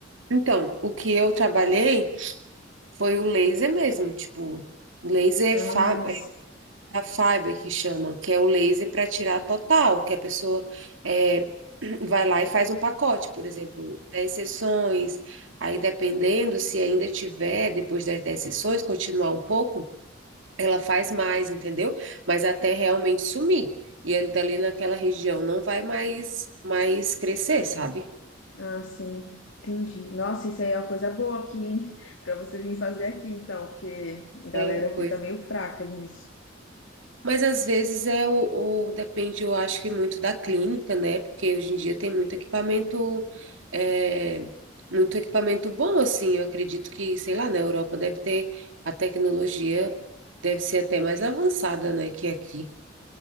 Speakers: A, on the right; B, on the left.
A: Então, o que eu trabalhei foi o laser mesmo, tipo, laser
B: Ah,
A: fa A fiber que chama, que é o laser para tirar total, que a pessoa é, <clears throat> vai lá e faz um pacote, por exemplo, 10 sessões, aí dependendo se ainda tiver, depois das 10 sessões, continuar um pouco, ela faz mais, entendeu? Mas até realmente sumir. E ali dali naquela região não vai mais mais crescer, sabe?
B: Ah, sim, entendi. Nossa, isso aí é uma coisa boa aqui, hein? <laughs> Pra você vir fazer aqui, então, porque a galera
A: É,
B: aqui
A: pois
B: tá meio fraca nisso.
A: Mas às vezes é o, o- depende, eu acho que muito da clínica, né? Porque hoje em dia tem muito equipamento, é, muito equipamento bom, assim. Eu acredito que, sei lá, na Europa deve ter a tecnologia, deve ser até mais avançada, né, que aqui.